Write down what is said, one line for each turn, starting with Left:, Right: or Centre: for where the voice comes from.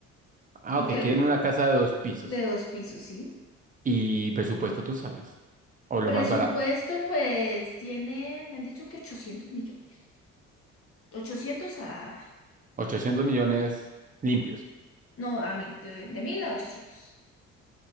Right: Ah,
Left: y
Right: ok,
Left: que el,
Right: quieren una casa de dos pisos
Left: de dos pisos, ¿sí?
Right: y presupuesto tú sabes, o lo
Left: Presupuesto,
Right: más barato.
Left: pues tienen, me han dicho que 800 millones, 800 a... mil.
Right: ochocientos millones limpios.
Left: No, a mil, de, de mil a ochocientos.